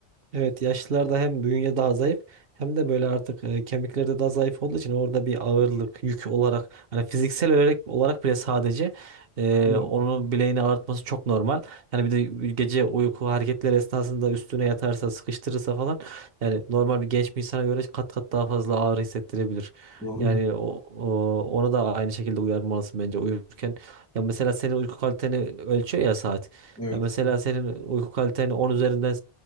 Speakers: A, on the right; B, in the centre.
A: Evet yaşlılarda hem bünye daha zayıf hem de böyle artık e, kemikleri de daha zayıf olduğu için orada bir ağırlık yük olarak hani fiziksel olarak, olarak bile sadece e,
B: Hmm,
A: onu bileğini ağrıtması çok normal. Yani bir de gece uyku hareketleri esnasında üstüne yatarsa sıkıştırırsa falan yani normal bir genç bir insana göre kat kat daha fazla ağrı hissettirebilir.
B: Doğru
A: Yani
B: ya.
A: o, o- ona da aynı şekilde uyarmalısın bence uyurken. Ya mesela senin uyku kaliteni ölçüyor ya saat.
B: Evet.
A: Ya mesela senin uyku kaliteni 10 üzerinden